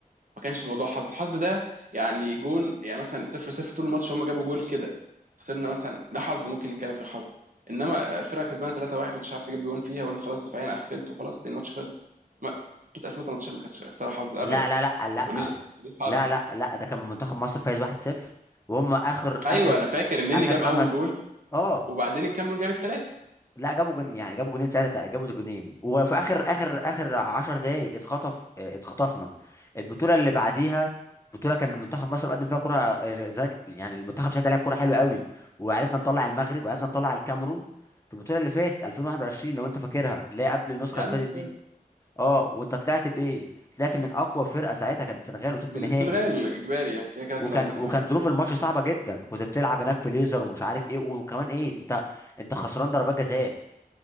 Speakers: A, on the right; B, on the left.
A: ما كانش موضوع حظ الحظ ده يعني جون يعني مثلا صفر صفر طول الماتش هم جابوا جول كده خسرنا مثلا ده حظ ممكن نتكلم في الحظ انما الفرقه كسبانه 3-1 وانت مش عارف تجيب جون فيها وانت خلاص دفاعيا قفلت وخلاص الماتش خلص ما بطوله 2018 ما كانتش خساره حظ ابدا
B: لا
A: ما
B: لا لا لا
A: تقوليش ما تقوليش حظ
B: لا لا لا ده كان منتخب مصر فايز 1-0 وهم اخر اخر
A: ايوه انا فاكر النني
B: اخر
A: جاب
B: خمس
A: اول جول
B: اه
A: وبعدين الكاميرون جاب الثلاثه
B: لا جابوا جون يعني جابوا جونين ساعتها تق- جابوا جونين وفي اخر اخر اخر 10 دقايق اتخطف اه، اتخطفنا البطوله اللي بعديها بطوله كان منتخب مصر قدم فيها كره اه، زي- يعني المنتخب ساعتها لعب كره حلوه قوي وعرفنا نطلع المغرب وعرفنا نطلع الكاميرون في البطوله اللي فاتت 2021 لو انت فاكرها اللي هي قبل النسخه
A: يا
B: اللي
A: عم
B: فاتت
A: فاكر
B: دي اه وانت طلعت بايه طلعت من اقوى فرقه ساعتها كانت السنغال وصلت
A: من
B: نهائي
A: السنغال اجباري يعني كده كده
B: وكان
A: هتطلع من السنغال
B: وكان ظروف الماتش صعبه جدا كنت بتلعب هناك في ليزر ومش عارف ايه وكمان ايه انت انت خسران ضربات جزاء